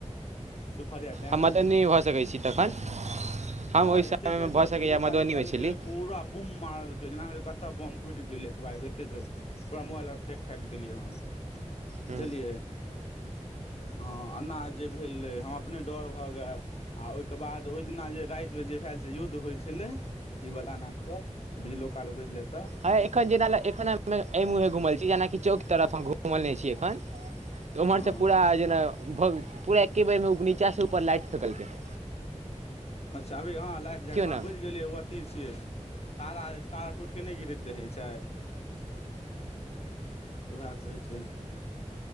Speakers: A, on the left; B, on the right.
A: दुपहरिया टाइम
B: हम मधुबनीमे भऽ सकैत छी तखन
A: के हँ
B: हम ओहि
A: एतेक
B: समयमे
A: कैसके
B: भऽ
A: बिजलोका
B: सकैए मधुबनीमे
A: लोकल
B: छली
A: कै पूरा बुम मारल कै जेना भेलै कतय बम फुटि गेलै एकबार एते गेल। पूरा मोबाइल आर फेक फैक देलियै हम बुझलियै
B: हूँ,
A: हँ अनाज जे भेलै हम अपने डर भऽ गेल आ ओहिके बाद ओहि दिना जे रैत मे जे भए छल युद्ध होइ छलै अथीवला आख कऽ बिजलोका लोकै छलै तऽ
B: आ एखन जेना एखन एहि मुँहे घुमल छी जेनाकि चौक तरफ हम घुमल नै छी एखन। तऽ ओम्हरसँ
A: हँ हँ
B: पूरा जेना भ पूरा एक्के बेरमे ओ नीचासँ ऊपर लाइट फँकलकै हन
A: अच्छा अभी हँ लागि जाय हँ
B: ने
A: बुझि गेलियै ह ओ अथी छियै तारा तारा टूइट कऽ नै गिरैत रहै छै उहे कहै छै